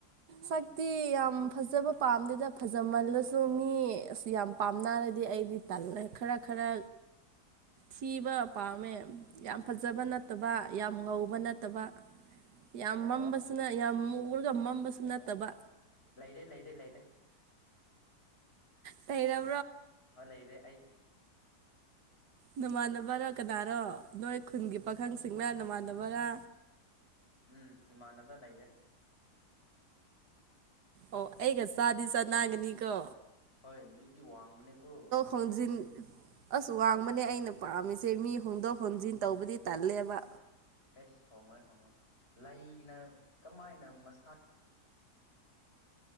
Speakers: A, on the right; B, on the left.
A: ꯁꯛꯇꯤ ꯌꯥꯝ ꯐꯖꯕ ꯄꯥꯝꯗꯦꯗ ꯐꯖꯃꯜꯂꯁꯨ ꯃꯤ ꯑꯁ ꯌꯥꯝ ꯄꯥꯝꯅꯔꯗꯤ ꯑꯩꯗꯤ ꯇꯜꯂꯦ ꯈꯔꯥ ꯈꯔꯥ
B: <inaudible>
A: ꯁꯤꯕ ꯄꯥꯝꯃꯦ ꯌꯥꯝ ꯐꯖꯕꯥ ꯅꯠꯇꯕ ꯌꯥꯝ ꯉꯧꯕ ꯅꯠꯇꯕꯥ ꯌꯥꯝ
B: ꯑꯣ
A: ꯃꯝꯕꯁꯨꯅ ꯌꯥꯝ ꯃꯨꯔꯒ ꯃꯝꯕꯁꯨ ꯅꯠꯇꯕ
B: ꯂꯩꯔꯦ ꯂꯩꯔꯦ ꯂꯩꯔꯦ
A: ꯇꯩꯔꯥ
B: ꯍꯣꯏ ꯂꯩꯔꯦ ꯑꯩ
A: ꯅꯃꯥꯟꯅꯕꯔꯥ ꯀꯅꯥꯔꯣ ꯅꯣꯏ ꯈꯨꯟꯒꯤ ꯄꯥꯈꯪꯁꯤꯡꯅ ꯅꯃꯥꯟꯅꯕꯔꯥ
B: ꯎꯝ ꯏꯃꯥꯟꯅꯕ ꯂꯩꯔꯦ
A: ꯑꯣ ꯑꯩꯒ ꯁꯥꯗꯤ ꯆ ꯅꯒꯅꯤ ꯀꯣ
B: ꯍꯣꯏ ꯃꯤꯗꯤꯤ ꯋꯥꯡꯕꯅꯦ ꯀꯣ
A: ꯍꯣꯡꯖꯤꯟ ꯑꯁ ꯋꯥꯡꯕꯅꯦ ꯑꯩꯅ ꯄꯥꯝꯃꯤꯁꯦ ꯃꯤ ꯍꯣꯡꯗꯣꯛ ꯍꯣꯡꯖꯤꯟ ꯇꯧꯕꯗꯤ ꯇꯜꯂꯦꯕ
B: ꯑꯦꯁ ꯍꯣꯡꯉꯣꯏ ꯍꯣꯡꯉꯣꯏ ꯂꯩꯅ ꯀꯃꯥꯏꯅ ꯃꯁꯥꯅ